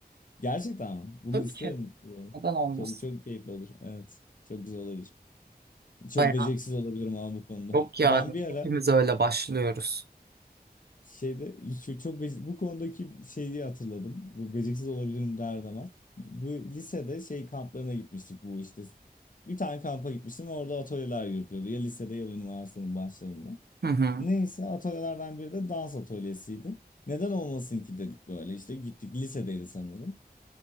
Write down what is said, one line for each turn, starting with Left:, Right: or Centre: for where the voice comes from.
Left: Gerçekten mi? Bunu
Right: Tabii
Left: isterim.
Right: ki.
Left: bu arada.
Right: Neden olmasın?
Left: Çok çok keyifli olur. Evet. Çok güzel olabilir. Çok
Right: Bayağı
Left: beceriksiz olabilirim ama bu konuda.
Right: yok yani.
Left: Ben bir ara
Right: Hepimiz öyle başlıyoruz.
Left: Şeyde şu- çok bece- bu konudaki şeyi hatırladım. Bu beceriksiz olabilirim derdi ama. Bu lisede şey kamplarına gitmiştik bu işte. Bir tane kampa gitmiştim ve orada atölyeler yürütüyordu. Ya lisede ya da üniversitenin başlarında.
Right: Hı hı.
Left: Neyse atölyelerden biri de dans atölyesiydi. Neden olmasın ki dedik böyle işte gittik lisedeydi sanırım.